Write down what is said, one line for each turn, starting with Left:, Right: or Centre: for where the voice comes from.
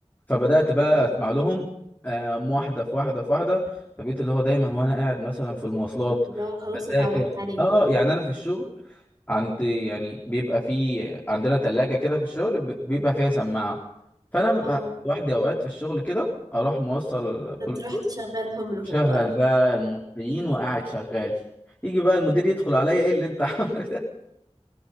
Left: فبدأت بقى
Right: طب
Left: اسمع لهم آم، واحدة في واحدة في واحدة فبقيت اللي هو دايما وانا قاعد مثلا في المواصلات
Right: لو خلاص
Left: بذاكر
Right: اتعودت عليهم
Left: اه يعني انا في الشغل عندي يعني بيبقى في عندنا تلاجة كده في الشغل ب- بيبقى فيها سماعة فانا ببقى
Right: اه
Left: لوحدي اوقات في الشغل كده اروح موصل
Right: هتروح
Left: بلوتوث
Right: تشغلهم لهم
Left: شغل
Right: بقى
Left: <laughs> بقى المصريين وقاعد شغال يجي بقى المدير يدخل عليا ايه اللي انت <laughs> عامله ده